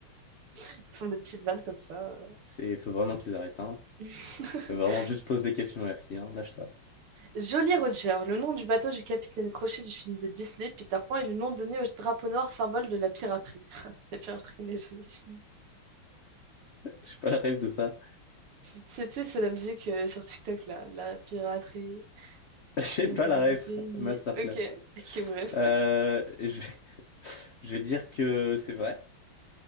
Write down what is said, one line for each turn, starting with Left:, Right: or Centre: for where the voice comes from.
Right: Ils font des petites vannes comme ça.
Left: C'est, faut vraiment qu'ils arrêtent, hein.
Right: <laughs>
Left: Faut vraiment juste pose des questions RI, hein. Lâche ça.
Right: Jolly Roger, le nom du bateau du capitaine Crochet du film de Disney, Peter Pan, est le nom donné au drapeau noir symbole de la piraterie. <laughs> la piraterie n'est jamais finie.
Left: <laughs> J'ai pas la ref de ça.
Right: C'est, tu sais, c'est la musique euh, sur TikTok là, la piraterie
Left: <laughs> J'ai
Right: n'est
Left: pas
Right: jamais
Left: la ref.
Right: finie.
Left: Masterclass.
Right: Ok, ok, bref.
Left: Euh, je vais... <laughs> je vais dire que c'est vrai.